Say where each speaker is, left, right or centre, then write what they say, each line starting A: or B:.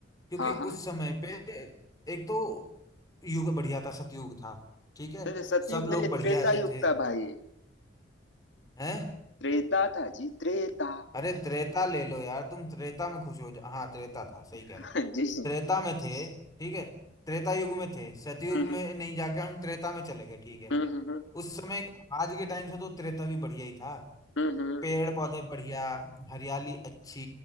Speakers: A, on the left; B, on the left.
A: क्योंकि
B: हाँ हाँ
A: उस समय पे एक तो युग बढ़िया था सतयुग था ठीक है
B: नहीं नहीं, सतयुग
A: सब लोग
B: नहीं
A: बढ़िया
B: त्रेता
A: से
B: युग
A: थे
B: था भाई
A: हैं
B: त्रेता <laughs> था जी त्रेता
A: अरे त्रेता ले लो यार तुम त्रेता में खुश हो जा हाँ त्रेता था सही कह
B: <laughs>
A: रहे हो
B: जी
A: त्रेता में थे ठीक है त्रेता युग में थे सतयुग
B: हम्म,
A: में नहीं जाके हम त्रेता में चले गए ठीक है
B: हम्म, हम्म,
A: उस समय आज के टाइम से तो त्रेता भी बढ़िया ही था
B: हम्म,
A: पेड़ पौधे बढ़िया हरियाली अच्छी